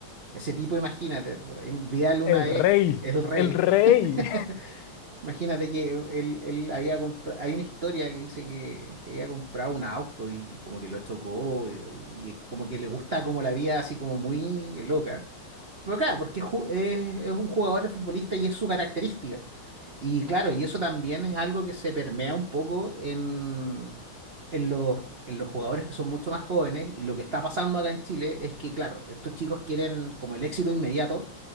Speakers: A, on the right; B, on the left.
A: Ese tipo, imagínate, Vidal una
B: El
A: vez,
B: rey,
A: el rey.
B: el rey.
A: <laughs> Imagínate que él, él había comprado, hay una historia que dice que, que había comprado un auto y como que lo chocó eh, y, es como que le gusta como la vida así como muy loca. Pero claro, porque ju- es- es un jugador de futbolista y es su característica. Y claro, y eso también es algo que se permea un poco en, en los, en los jugadores que son mucho más jóvenes. Y lo que está pasando acá en Chile es que, claro, estos chicos quieren como el éxito inmediato,